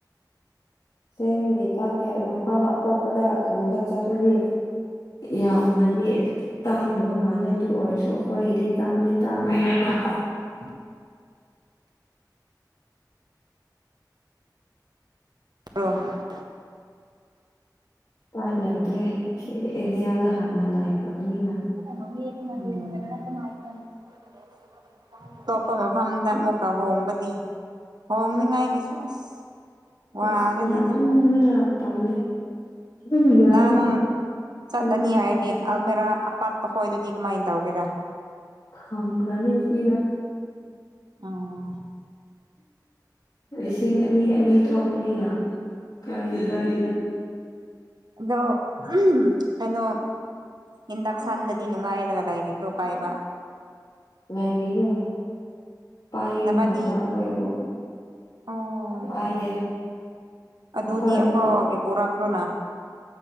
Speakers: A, on the left; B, on the right.
A: ꯆꯤꯡꯒꯤ ꯌꯦꯟꯁꯥꯡꯗꯤ ꯃꯐꯝ ꯑꯇꯣꯞꯄꯗꯒꯨꯝꯕ ꯆꯠꯂꯗꯤ ꯌꯥꯝꯃꯗꯤ ꯇꯥꯡꯗꯕ ꯃꯥꯜꯂꯦ ꯑꯗꯨ ꯑꯣꯏꯔꯁꯨ ꯑꯩꯈꯣꯏꯗꯤ ꯇꯥꯡꯗꯤ ꯇꯥꯡꯗꯦꯗ ꯍꯣꯢ
B: ꯎꯝ ꯍꯣ <inaudible>
A: ꯎꯄꯥꯏ ꯂꯩꯇ꯭ꯔꯦ ꯑꯦꯔꯤꯌꯥꯗ ꯍꯥꯟꯅ ꯂꯥꯏꯈ꯭ꯔꯕꯅꯤꯅ
B: ꯅ ꯂ ꯃꯥ <inaudible> ꯑꯇꯣꯞꯄ ꯃꯐꯝꯗ ꯑꯃꯨꯛꯒ ꯍꯣꯡꯕꯗꯤ ꯍꯣꯡꯅꯤꯡꯉꯥꯏꯒꯤꯁꯨ ꯑꯁ
A: ꯄꯣꯠꯆꯩ
B: ꯋꯥꯔꯅꯤꯗ
A: ꯌꯥꯝꯃꯟꯕꯅ ꯇꯜꯂꯦ ꯑꯗꯨꯝ ꯌꯥꯏꯗ
B: ꯅꯪ
A: ꯂꯤꯁꯤꯡ
B: ꯆꯠꯂꯅꯤ ꯍꯥꯏꯔꯗꯤ
A: ꯂꯤꯁꯤꯡ
B: ꯑꯜꯃꯦꯔꯥ ꯑꯄꯥꯠꯄ ꯍꯣꯏꯗꯨꯗꯤ ꯀꯃꯥꯏꯅ ꯇꯧꯒꯦꯔꯥ
A: ꯊꯝꯈꯔꯅꯤ ꯐꯤꯔꯗ
B: ꯑꯥꯎ
A: ꯂꯤꯁꯤꯡ ꯑꯅꯤ ꯑꯅꯤ ꯊꯣꯛꯄꯅꯤꯅ ꯀꯥꯏꯗꯤ
B: ꯎꯝ
A: ꯀꯥꯏꯗꯦꯗ
B: ꯑꯗꯣ ꯎꯝ ꯀꯩꯅꯣ ꯏꯤꯗꯥꯛ ꯁꯟꯗꯗꯤ ꯅꯨꯡꯉꯥꯏꯔꯒ ꯂꯩꯔꯕꫭ ꯄꯥꯏꯕ
A: ꯂꯩꯔꯤꯌꯦ ꯄꯥꯏꯒꯅꯨ
B: ꯅꯕꯥꯅꯤ
A: ꯍꯥꯏꯕ ꯑꯩꯈꯣꯏꯕꯨ
B: ꯑꯣ
A: ꯄꯥꯏꯗꯦ
B: ꯑꯗꯨꯗꯤ
A: ꯑꯩꯈꯣꯏꯗꯣ
B: ꯑꯐꯥꯎꯒꯤ ꯄꯣꯔꯛꯈ꯭ꯔꯣꯅ